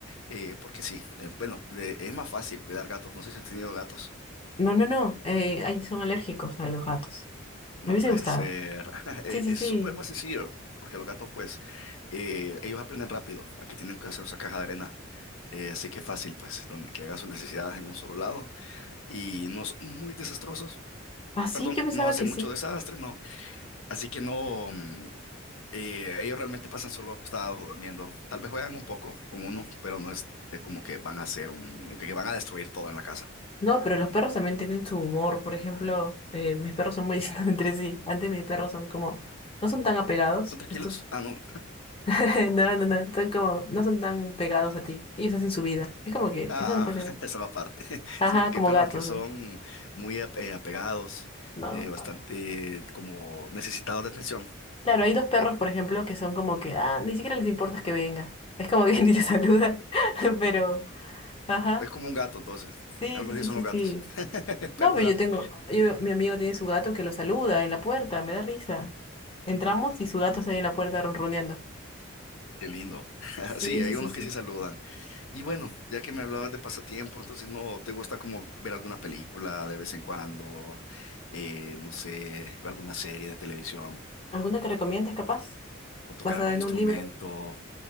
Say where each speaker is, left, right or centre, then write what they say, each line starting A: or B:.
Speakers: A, on the left (about 75°); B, on the left (about 25°).
A: eh, porque sí, eh, bueno, le- es más fácil cuidar gatos, no sé si has tenido gatos,
B: No, no, no. Eh, ay, son alérgicos a los gatos. Me
A: no
B: hubiese
A: puede
B: gustado.
A: ser, <laughs> e-
B: Sí, sí,
A: es
B: sí.
A: súper más sencillo, porque los gatos pues, eh, ellos aprenden rápido, aquí tienen que hacer esa caja de arena, eh, así que fácil pues, donde que hagan sus necesidades en un solo lado, y no son muy desastrosos,
B: Ah, sí,
A: perdón,
B: yo pensaba
A: no hacen
B: que sí.
A: mucho desastre, no, así que no, mm, Eh, ellos realmente pasan solo acostados o durmiendo. Tal vez juegan un poco con uno, pero no es eh, como que van a hacer un, que van a destruir todo en la casa.
B: No, pero los perros también tienen su humor. Por ejemplo, eh, mis perros son muy <laughs> distintos entre sí. Antes mis perros son como, no son tan apegados.
A: ¿Son tranquilos?
B: Estos
A: Ah, no.
B: <laughs> No, no, no, son como, no son tan pegados a ti. Ellos hacen su vida. Es como que
A: Ah,
B: es un espacio.
A: <laughs> esa va aparte. <laughs>
B: Ajá,
A: Sí, porque
B: como
A: hay perros
B: gatos
A: que son
B: son.
A: muy ape- eh, apegados,
B: No.
A: eh, bastante como necesitados de atención.
B: Claro, hay dos perros, por ejemplo, que son como que, ah, ni siquiera les importa que venga. Es como que <laughs> ni te saludan. <laughs> Pero, ajá.
A: Es como un gato, entonces.
B: Sí,
A: Algo
B: sí,
A: así
B: sí,
A: son
B: sí,
A: los
B: sí.
A: gatos. <laughs> Perro
B: No, pero
A: gato.
B: yo tengo, yo, mi amigo tiene su gato que lo saluda en la puerta, me da risa. Entramos y su gato está ahí en la puerta ronroneando.
A: Qué lindo. <laughs>
B: Sí,
A: Sí, hay
B: sí, sí,
A: unos
B: sí.
A: que sí saludan. Y bueno, ya que me hablabas de pasatiempo, entonces no te gusta como ver alguna película de vez en cuando, Eh, no sé, ver alguna serie de televisión
B: ¿Alguna que recomiendes, capaz?
A: o tocar
B: Basada
A: algún
B: en
A: instrumento,
B: un libro.